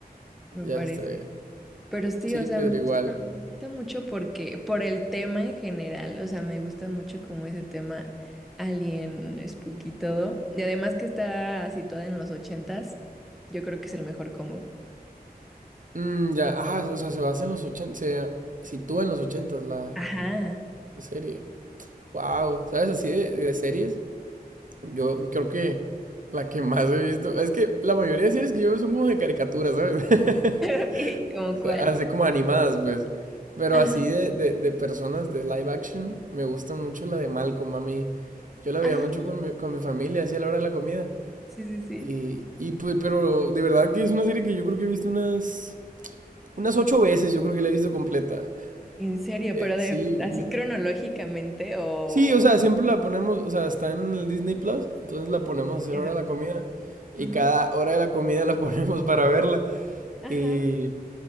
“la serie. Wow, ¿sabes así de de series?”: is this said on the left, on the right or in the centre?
Right